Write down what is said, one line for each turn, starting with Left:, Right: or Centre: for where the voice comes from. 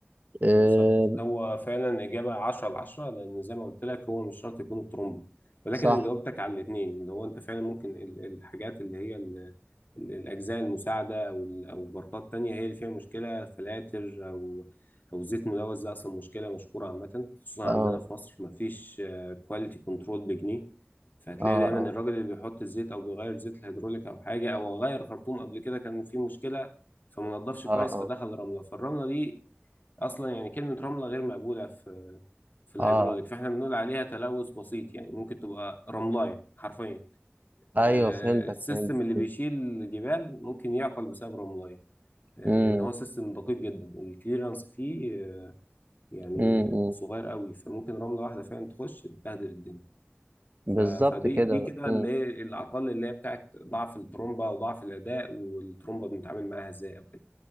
Right: إيه
Left: بالظبط هو فعلا إجابة 10 على 10 لأن زي ما قلت لك هو مش شرط يكون الترومبو ولكن
Right: صح
Left: أنا جاوبتك على الاتنين اللي هو أنت فعلا ممكن ال- الحاجات اللي هي ال- ال- الأجزاء المساعدة أو ال- أو بارتات تانية هي اللي فيها مشكلة فلاتر أو أو زيت ملوث ده أصلا مشكلة مشهورة عامة خصوصا
Right: اه
Left: عندنا في مصر مفيش كواليتي كنترول بجنيه فهتلاقي
Right: اه
Left: دايما
Right: اه
Left: الراجل اللي بيحط الزيت أو بيغير زيت الهيدروليك أو حاجة أو غير خرطوم قبل كده كان فيه مشكلة فما نضفش
Right: اه
Left: كويس
Right: اه
Left: فدخل رملة فالرملة دي اصلا يعني كلمه رمله غير مقبوله في في الهيدروليك
Right: اه
Left: فاحنا بنقول عليها تلوث بسيط يعني ممكن تبقى رملايه حرفيا
Right: ايوه
Left: آه،
Right: فهمتك
Left: السيستم
Right: فهمتك
Left: اللي بيشيل الجبال ممكن يعطل بسبب رملايه آه،
Right: امم
Left: لان هو سيستم دقيق جدا الكليرنس فيه آه، يعني
Right: امم
Left: صغير قوي فممكن رمله واحده فعلا تخش تبهدل الدنيا
Right: بالظبط
Left: ف- فدي
Right: كده
Left: دي كده
Right: امم
Left: اللي هي الاعطال اللي هي بتاعت ضعف الترومبه وضعف الاداء والترومبه بنتعامل معاها ازاي او كده